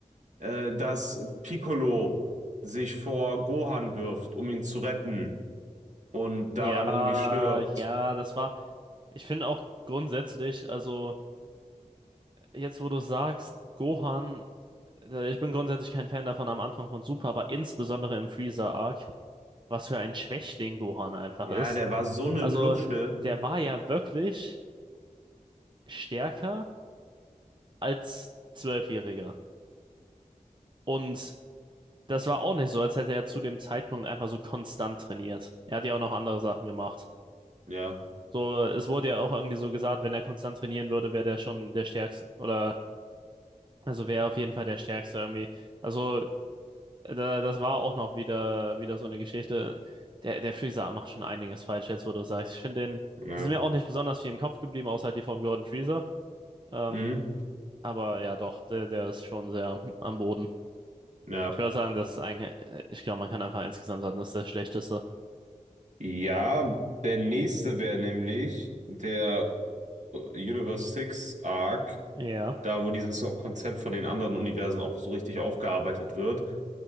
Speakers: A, on the right; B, on the right.
A: äh, dass Piccolo sich vor Gohan wirft, um ihn zu retten und
B: ja,
A: daran irgendwie stirbt.
B: ja, das war, ich finde auch grundsätzlich, also jetzt wo du sagst, Gohan, äh, ich bin grundsätzlich kein Fan davon am Anfang von Super, aber insbesondere im Freezer-Arc, was für ein Schwächling Gohan einfach
A: Ja,
B: ist.
A: der war so eine
B: Also,
A: Lusche.
B: der war ja wirklich stärker als Zwölfjähriger. Und das war auch nicht so, als hätte er zu dem Zeitpunkt einfach so konstant trainiert. Er hat ja auch noch andere Sachen gemacht.
A: Ja,
B: So, es wurde ja auch irgendwie so gesagt, wenn er konstant trainieren würde, wäre der schon der Stärkste oder also wäre auf jeden Fall der Stärkste irgendwie. Also da, das war auch noch wieder, wieder so eine Geschichte. Der, der Freezer macht schon einiges falsch jetzt, wo du sagst. Ich finde den,
A: ja.
B: es ist mir auch nicht besonders viel im Kopf geblieben, außer halt die vom Gordon Freezer. Ähm,
A: Mhm.
B: aber ja, doch, der, der ist schon sehr am- Boden.
A: Ja.
B: Ich würde sagen, das ist eigentlich, ich glaube, man kann einfach insgesamt sagen, das ist der schlechteste.
A: Ja, der nächste wäre nämlich der äh, äh, Universe 6 Arc,
B: Ja.
A: da wo dieses Konzept von den anderen Universen auch so richtig aufgearbeitet wird.